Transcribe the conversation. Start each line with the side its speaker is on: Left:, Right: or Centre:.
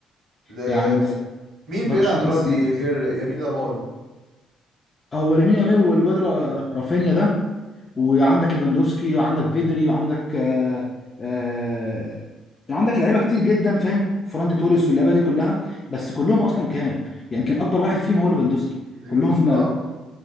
Right: ل-
Left: يعني
Right: مين
Left: برشلونه
Right: بيلعب دلوقتي غير يمين لامال
Left: هو لامين يامال والواد را- رافينيا ده وعندك ليفاندوسكي وعندك بيدري وعندك آه آه عندك لعيبه كتير جدا فاهم فران دي توريس واللعيبه دي كلها بس كلهم اصلا كام يعني يمكن اكبر واحد فيهم هو ليفاندوسكي
Right: ليفاندوسكي
Left: كلهم
Right: اه
Left: آه
Right: اه